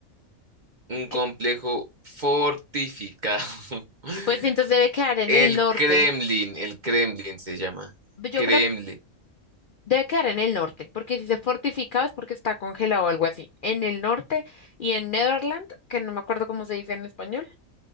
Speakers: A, on the right (about 45°); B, on the left (about 60°).
A: Un
B: ¿Qué?
A: complejo fortificado. <laughs>
B: Pues entonces debe quedar en
A: El
B: el norte.
A: Kremlin, el Kremlin se llama.
B: Yo
A: Kremlin.
B: creo que debe quedar en el norte, porque si se fortificaba es porque está congelado o algo así. En el norte y en Netherland, que no me acuerdo cómo se dice en español.